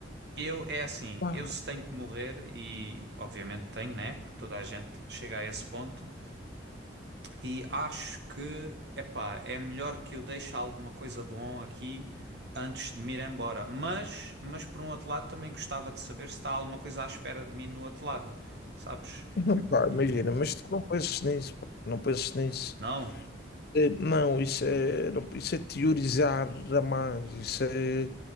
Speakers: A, on the right; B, on the left.
A: eu é assim,
B: pá,
A: eu se tenho que morrer e obviamente tenho, né? Porque toda a gente chega a esse ponto. E acho que, epá, é melhor que eu deixe alguma coisa bom aqui antes de me ir embora. Mas, mas por um outro lado, também gostava de saber se está alguma coisa à espera de mim no outro lado, sabes?
B: não, pá,
A: E
B: imagina, mas tu não penses nisso, pá, não penses nisso.
A: não?
B: Eh, Não, isso é, não- isso é teorizar a mais, isso é